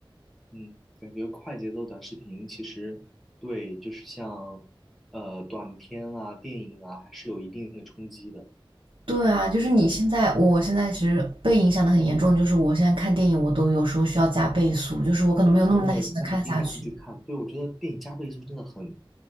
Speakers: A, in the centre; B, on the right.
A: 嗯，感觉快节奏短视频其实对，就是像呃短片啊、电影啊，还是有一定的冲击的，
B: 对啊，就是你现在，我现在其实被影响的很严重，就是我现在看电影，我都有时候需要加倍速，就是我可能没有那么耐心的看下去。
A: 就没有办法静下心去看。对，我觉得电影加倍速真的很，